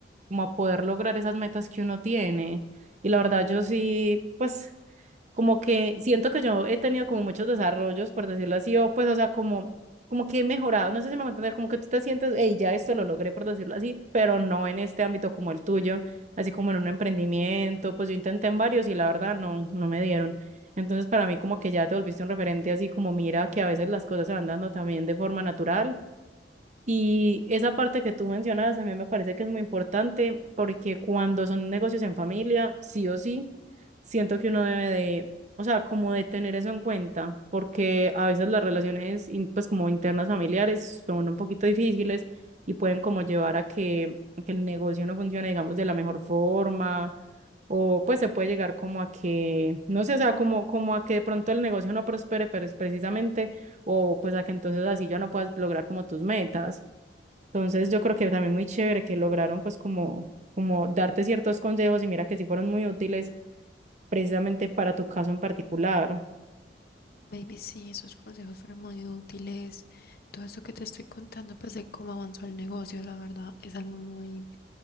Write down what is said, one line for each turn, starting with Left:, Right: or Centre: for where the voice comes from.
Right: como a poder lograr esas metas que uno tiene. Y la verdad yo sí, pues como que siento que yo he tenido como muchos desarrollos, por decirlo así, o pues, o sea, como, como que he mejorado, no sé si me va a entender, como que tú te sientes, hey, ya esto lo logré, por decirlo así, pero no en este ámbito como el tuyo, así como en un emprendimiento, pues yo intenté en varios y la verdad no, no me dieron. Entonces, para mí como que ya te volviste un referente, así como mira que a veces las cosas se van dando también de forma natural y esa parte que tú mencionabas a mí me parece que es muy importante porque cuando son negocios en familia, sí o sí, siento que uno debe de, o sea, como de tener eso en cuenta, porque a veces las relaciones, in- pues como internas familiares, son un poquito difíciles y pueden como llevar a que, a que el negocio no funcione, digamos, de la mejor forma, o pues se puede llegar como a que, no sé, o sea, como, como a que de pronto el negocio no prospere, pero es precisamente, o pues a que entonces así ya no puedas lograr como tus metas. Entonces yo creo que también muy chévere que lograron pues como, como darte ciertos consejos y mira que sí fueron muy útiles precisamente para tu caso en particular.
Left: Baby, sí, esos consejos fueron muy útiles. Todo esto que te estoy contando, pues de cómo avanzó el negocio, la verdad, es algo muy,